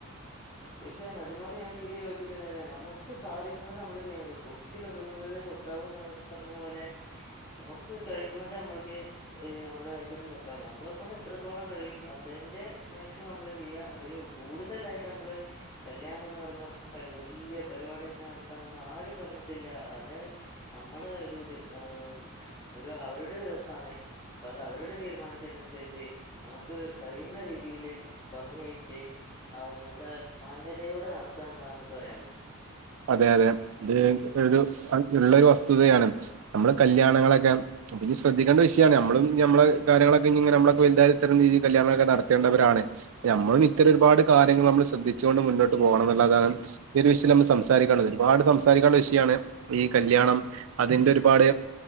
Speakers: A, on the left; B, on the right.
A: തീർച്ചയായും അതിനോട് ഞാൻ തീരെ യോജിക്കുന്നില്ല നമുക്ക് സാധിക്കുന്നത് നമ്മള് ചെയ്യാൻ പറ്റൂ കൊക്കിലൊതുങ്ങുന്നതെ കൊത്താവൂന്ന് പറഞ്ഞ പോലെ നമുക്ക് കഴിയുന്നതെ നമ്മൾക്ക് ഏയ് നമ്മള് അതിൽ തന്നെ നിക്കയാണ് നമ്മളെക്കൊണ്ട് എത്രത്തോളം കഴിയും അതിന്റെ മാക്സിമം നമ്മള് ചെയ്യാ അതില് കൂടുതലായിട്ട് നമ്മള് കല്യാണം എന്ന് പറയുമ്പോ വല്ല്യ പരിപാടി ആയിട്ട് നടത്താനൊന്നും ആരും പറഞ്ഞിട്ടില്ല അല്ലേ നമ്മള് ഒരു ദി ഏഹ് ഒരു അവരുടെ ദിവസാണ് ഇപ്പ അത് അവരുടെ തീരുമാനത്തിന് അനുസരിച്ച് നമുക്ക് കഴിയുന്ന രീതിയില് ഭംഗിയായിട്ട് അത് നല്ല മാന്യതയോടെ നടത്തുക എന്നതാണ് എനിക്ക് പറയാനുള്ളത്
B: അതെ അതെ ഈ ഇത് ഒരു ഉള്ളൊരു വസ്തുതയാണ് നമ്മള് കല്യാണങ്ങളൊക്കെ പിന്നെ ശ്രദ്ധിക്കേണ്ട വിഷയാണ് നമ്മളും ഞമ്മളെ കാര്യങ്ങളൊക്കെ ഇനി ഇങ്ങനെ നമ്മളൊക്കെ വലുതായാലും ഇത്തരം രീതിൽ കല്യാണങ്ങളൊക്കെ നടത്തേണ്ടവരാണ് നമ്മളും ഇത്തരം ഒരുപാട് കാര്യങ്ങള് നമ്മള് ശ്രദ്ധിച്ചോണ്ട് മുന്നോട്ട് പോകണം എന്നുള്ളതാണ് ഈ ഒരു വിഷൽ ഞമ്മള് സം സംസാരിക്കാള്ളത് ഒരുപാട് സാരിക്കാനുള്ളത് ഒരുപാട് വിഷയമാണ് ഈ കല്യാണം അതിന്റെ ഒരുപാട്